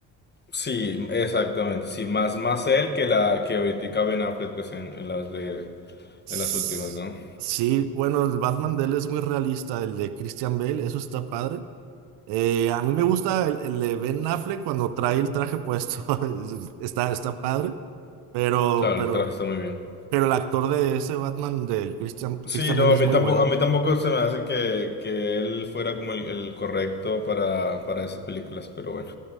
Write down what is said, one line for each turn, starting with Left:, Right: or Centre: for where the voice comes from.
Left: sí, exactamente, sí, más, más él que la que ahorita Ben Affleck pues, en, en las de,
Right: Sss,
Left: en las últimas, ¿no?
Right: Sí, bueno, el Batman de él es muy realista, el de Christian Bale, eso está padre. Eh, a mí me gusta el, el de Ben Affleck cuando trae el traje puesto, <laughs> es- está, está padre, pero,
Left: Claro,
Right: pero,
Left: el traje está muy bien.
Right: pero el actor de ese Batman de Christian, Christian
Left: Sí, no,
Right: Bale
Left: a
Right: es
Left: mí
Right: muy
Left: tampoco,
Right: bueno.
Left: a mí tampoco se me hace que, que él fuera como el, el correcto para, para esas películas, pero bueno.